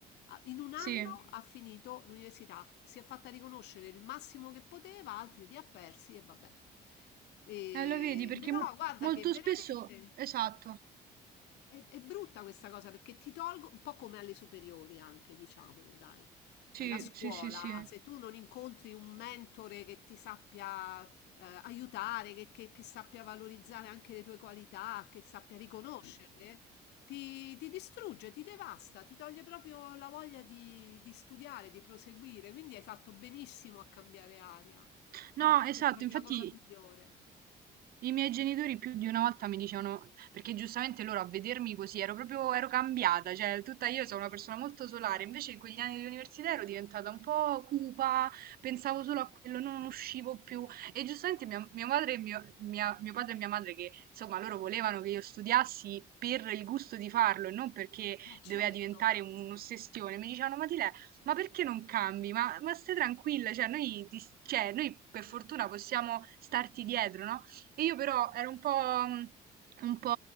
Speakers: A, on the left (about 85°); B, on the right (about 60°).
A: Ah, In un anno
B: Sì. Eh,
A: ha finito l'università, f- si è fatta riconoscere il massimo che poteva, altri li ha persi e vabbè. E-
B: lo vedi perché
A: però
B: mo
A: guarda
B: molto
A: che veramente.
B: spesso esatto.
A: È, è brutta questa cosa perché ti tolgo un po' come alle superiori anche, diciamolo, dai. Cioè,
B: Sì,
A: la scuola,
B: sì, sì, sì.
A: se tu non incontri un mentore che ti sappia eh, aiutare, che, che- che sappia valorizzare anche le tue qualità, che sappia riconoscerle, ti, ti distrugge, ti devasta, ti toglie proprio la voglia di, di studiare, di proseguire. Quindi hai fatto benissimo a cambiare aria.
B: No,
A: A volte
B: esatto,
A: è proprio
B: infatti
A: la cosa migliore.
B: i miei genitori più di una volta mi dicevano, perché giustamente loro a vedermi così ero proprio, ero cambiata, cioè tutta io sono una persona molto solare, invece in quegli anni di università ero diventata un po' cupa, pensavo solo a quello, non uscivo più e giustamente mia- mio padre e mio, mia- mio padre e mia madre che insomma loro volevano che io studiassi per il gusto di farlo e non perché
A: Eh, certo.
B: doveva diventare un'ossessione, mi dicevano ma ti ma perché non cambi? Ma, ma stai tranquilla, cioè noi, ti s- cioè, noi per fortuna possiamo starti dietro, no? E io però ero un po'... mm, Un po'